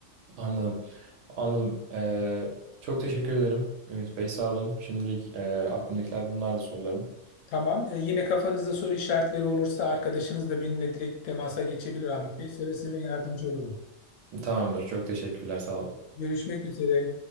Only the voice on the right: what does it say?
Anladım. Anladım. Ee, çok teşekkür ederim Ümit Bey. Sağ olun. Şimdilik e, aklımdakiler bunlardı sorularım.
Tamamdır. Çok teşekkürler. Sağ olun.